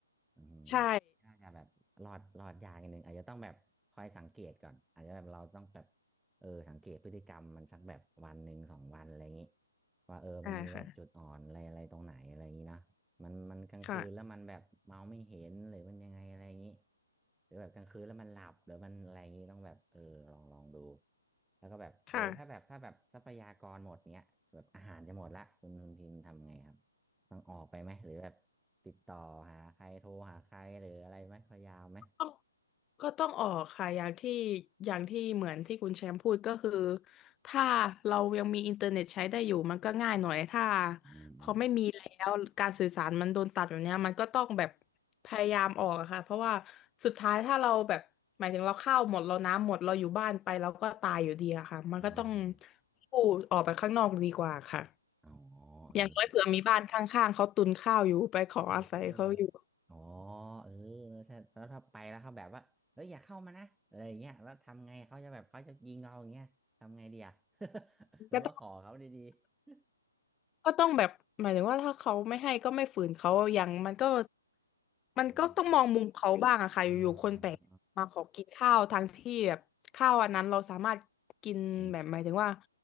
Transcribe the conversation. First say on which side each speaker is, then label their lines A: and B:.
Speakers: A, in the centre; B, on the left (about 15°).
A: อืม
B: ใช่
A: น่าจะแบบรอดรอดยากนิดนึงอาจจะต้องแบบคอยสังเกตก่อนอาจจะแบบเราต้องแบบเออสังเกตพฤติกรรมมันสักแบบวันหนึ่งสองวันอะไรอย่างนี้ว่าเออมันมีแบบจุดอ่อนอะไรอะไรตรงไหนอะไรอย่างนี้เนอะ
B: ใช่าค่ะ
A: มันมันกลางคืนแล้วมันแบบเมาไม่เห็นหรือมันยังไงอะไรอย่างนี้
B: ค่ะ
A: หรือแบบกลางคืนแล้วมันหลับหรือมันอะไรอย่างนี้ต้องแบบเออลองลองดูแล้วก็แบบเออถ้าแบบถ้าแบบทรัพยากรหมดเนี้ยแบบอาหารจะหมดละคุณคุณพิมพ์ทำไงครับ
B: ค่ะ
A: ต้องออกไปไหมหรือแบบติดต่อหาใครโทรหาใครหรืออะไรไหมพยายามไหม
B: ต้องก็ต้องออกค่ะอย่างที่อย่างที่เหมือนที่คุณแชมป์พูดก็คือถ้าเรายังมีอินเทอร์เน็ตใช้ได้อยู่มันก็ง่ายหน่อยถ้า
A: อืมอืม
B: พอไม่มีแล้วการสื่อสารมันโดนตัดแบบเนี้ยมันก็ต้องแบบพยายามออกอะค่ะเพราะว่าสุดท้ายถ้าเราแบบหมายถึงเราข้าวหมดเราน้ำหมดเราอยู่บ้านไปเราก็ตายอยู่ดีอะค่ะมันก็ต้อง
A: อ๋อ
B: สู้ออกไปข้างนอกดีกว่าค่ะ
A: อ๋อเออ
B: อย่างน้อยเผื่อมีบ้านข้างๆเขาตุนข้าวอยู่ไปขออาศัยเขาอยู่
A: เอออ๋อเออถ้าแล้วถ้าไปแล้วเขาแบบว่าเอ้ยอย่าเข้ามานะอะไรอย่างเงี้ยแล้วทำไงเขาจะแบบเขาจะยิงเราอย่างเงี้ยทำไงดีอ่ะ <laughs> หรือว่าขอเขาดีๆ
B: ก็ต้อง ก็ต้องแบบหมายถึงว่าถ้าเขาไม่ให้ก็ไม่ฝืนเขาอย่างมันก็
A: <laughs>
B: มันก็ต้องมองมุมเขาบ้างอะค่ะอยู่ๆคนแปลกมาขอกินข้าวทั้งที่แบบข้าวอันนั้นเราสามารถกินแบบหมายถึงว่า
A: โอเคโอเคเอออืม